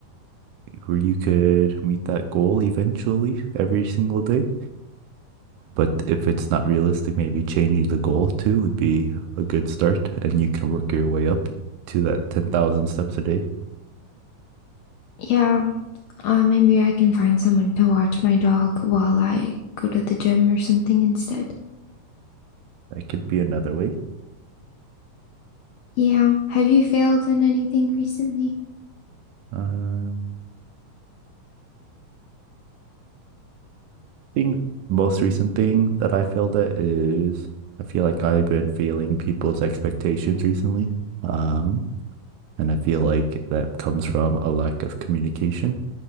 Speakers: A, on the right (about 75°); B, on the left (about 80°).
A: where you could meet that goal eventually every single day. But if it's not realistic, maybe changing the goal too would be a good start, and you can work your way up to that 10,000 steps a day.
B: Yeah, Uh, maybe I can find someone to watch my dog while I go to the gym or something instead.
A: That could be another way.
B: Yeah. Have you failed in anything recently?
A: Um, thing, the most recent thing that I failed at is I feel like I've been failing people's expectations recently. Um, and I feel like that comes from a lack of communication.